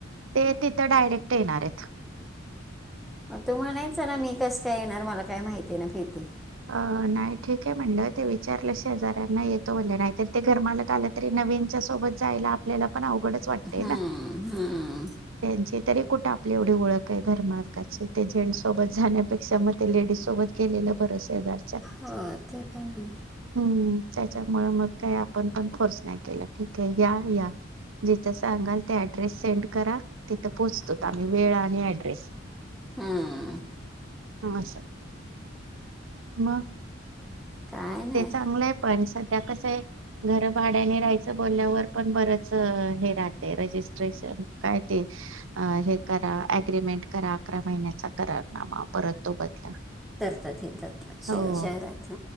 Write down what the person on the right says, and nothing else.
ते तिथं डायरेक्ट येणार येत.
अ नाही ठीक आहे म्हटलं ते विचारलं शेजऱ्यांना येतो म्हले नाहीत ते घरमालक आलं तरी नवीनच्या सोबत जायला आपल्याला पण अवघडच वाटतय
ना?
तेचं तरी कुठे आपली एवढी ओळख आहे घर मालकाची ते जेंटस सोबत जाण्यापेक्षा मग ते लेडीज सोबत गेलेलं बर शेजारच्या
हम्म त्याच्यामुळ मग का आपण पण फोर्स नाही केला ठीके या या जिथ सांगाल ते ऍड्रेस सेंड करा तिथं पोहोचतो आम्ही वेळ आणि ऍड्रेस
हशा म
ते चांगलंय पण सध्या कसं आहे घर भाड्याने राहायचं बोलल्यावर पण बरच हे राहते रजिस्ट्रेशन काय ते हे करा अग्रीमेंट करा अकरा महिन्याचा करा नामा परत तो बदला
हो